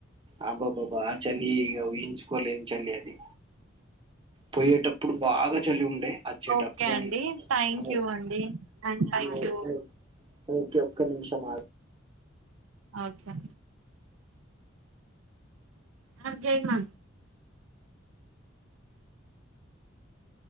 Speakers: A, on the right (about 25°); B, on the right (about 85°).
A: ఆబబాబా ఆ చలీ ఉహిన్ కోలేన్ చలి అది పోయే టప్ ఇప్పుడు బాగా చలి ఉండే అ చ్చేటప్పుడు
B: ఓకే అండి
A: అన్
B: థ్యాంక్
A: ఓ
B: యూ అండి థ్యాంక్
A: ఓ
B: యూ
A: ఓ ఒకే ఒక్కణిం ష మాగ్
B: ఓకే ఆ జయమా